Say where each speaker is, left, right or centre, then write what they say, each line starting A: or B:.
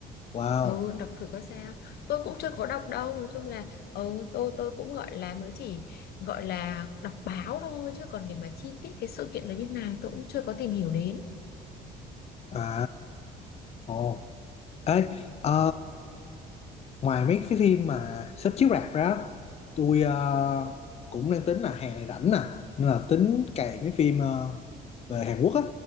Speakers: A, on the left; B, on the left.
A: wow
B: ừ đọc thử coi sao tôi cũng chưa có đọc đâu nói chung là ừ, tôi tôi cũng gọi là mới chỉ gọi là đọc báo thôi chứ còn để mà chi tiết cái sự kiện nó như nào tôi cũng chưa có tìm hiểu đến
A: à ồ ê ờ, ngoài mấy cái phim mà sắp chiếu rạp ra tôi ờ, cũng đang tính là hè này rảnh nè nên là tính cày mấy phim ờ, về Hàn Quốc á